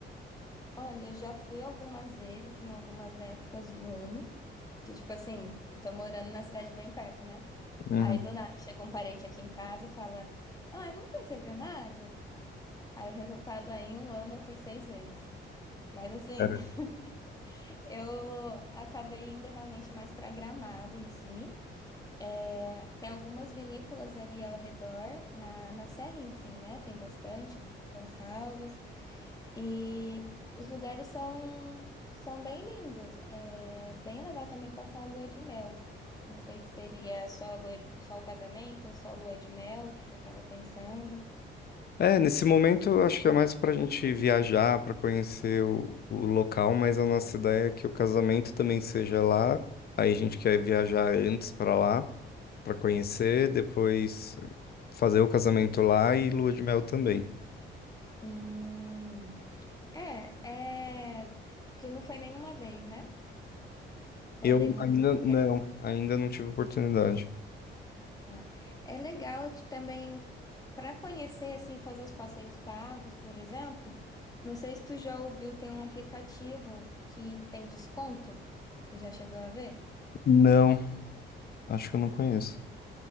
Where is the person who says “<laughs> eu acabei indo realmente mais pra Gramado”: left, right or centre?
Left